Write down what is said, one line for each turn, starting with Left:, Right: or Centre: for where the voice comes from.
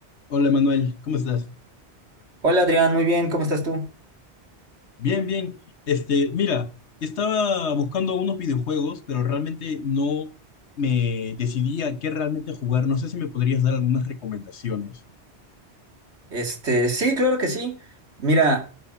Left: Hola Manuel, ¿cómo estás?
Right: Hola Adrián, muy bien, ¿cómo estás tú?
Left: Bien, bien. Este, mira, estaba buscando unos videojuegos, pero realmente no me decidía a qué realmente jugar. No sé si me podrías dar algunas recomendaciones.
Right: Este, sí, claro que sí. Mira,